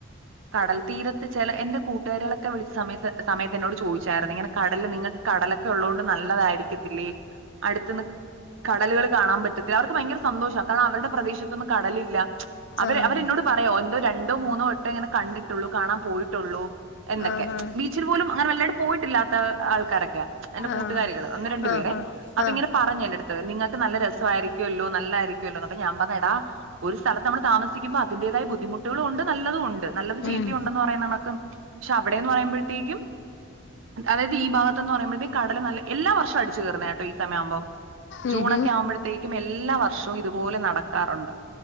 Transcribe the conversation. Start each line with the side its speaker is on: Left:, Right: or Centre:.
Right: കടൽ തീരത്ത് ചില എന്റെ കൂട്ടുകാരികളൊക്കെ വിളിച്ച സമയത് സമയത്ത് എന്നോട് ചോയിച്ചായിരുന്നു ഇങ്ങനെ കടല് നിങ്ങൾക്ക് കടലൊക്കെ ഒള്ളോണ്ട് നല്ലതായിരിക്കത്തില്ലേ അടുത്തിന്ന് കടലുകള് കാണാൻ പറ്റത് അവർക്ക് ഭയങ്കര സന്തോഷാ കാരണം അവരുടെ പ്രദേശത്തൊന്നും കടലില്ല അവര്
Left: ആഹ്
Right: അവരെന്നോട് പറയ എന്തോ രണ്ടോ മൂന്നോ വ ങ്ങനെ കണ്ടിട്ടുള്ളൂ കാണാൻ പോയിട്ടൊള്ളു എന്നൊക്കെ
Left: ആഹാ
Right: ബീച്ചിൽ പോലും അങ്ങനെ വല്ലായിട്ട് പോയിട്ടില്ലാത്ത ആൾക്കാരൊക്കെയാ എന്റെ കൂട്ടുകാരികള്
Left: ആഹ്
Right: ഒന്ന് രണ്ടു പേരെ
Left: ആഹാ
Right: അപ്പൊ
Left: ആഹ്
Right: ഇങ്ങനെ പറഞ്ഞു എന്റെടുത്ത് നിങ്ങക്ക് നല്ല രസമായിയിരിക്കുമല്ലോ നല്ലരി അപ്പ ഞാ പറഞ്ഞ എടാ ഒരു സ്ഥലത്ത് നമ്മള് താമസിക്കുമ്പോ അതിന്റേതായ ബുദ്ധിമുട്ടുകളും ഉണ്ട് നല്ലതും ഉണ്ട് ണ്ട് നല്ലത്
Left: ഉം
Right: ചീത്തയുണ്ടെന്ന് പറയുന്ന ണക്ക് ണ്ട് ക്ഷെ അവിടേന്ന് പറയുമ്പോഴത്തേക്കും അതായത് ഈ ഭാഗത്തെന്ന് പറയുമ്പോഴത്തേക്കും കടല് നല്ല എല്ലാ വർഷം അടിച്ചു കേറുന്ന യാട്ടോ ഈ സമയമാവുമ്പോം ജൂണൊക്കെ
Left: ഉം ഹും
Right: ആവുമ്പഴത്തേക്കും എല്ലാവർ ഷവും ഇതുപോലെ നടക്കാറൊണ്ട്